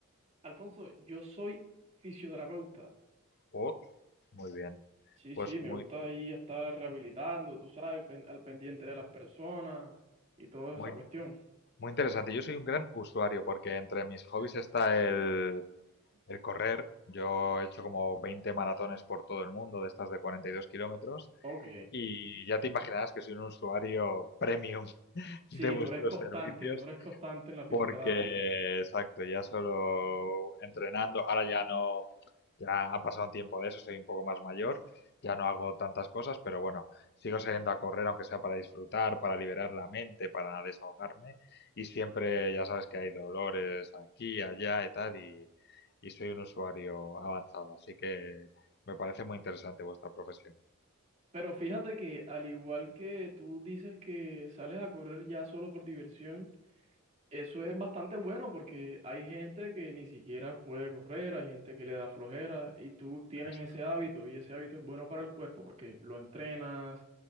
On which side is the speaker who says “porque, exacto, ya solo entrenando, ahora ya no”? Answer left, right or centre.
Left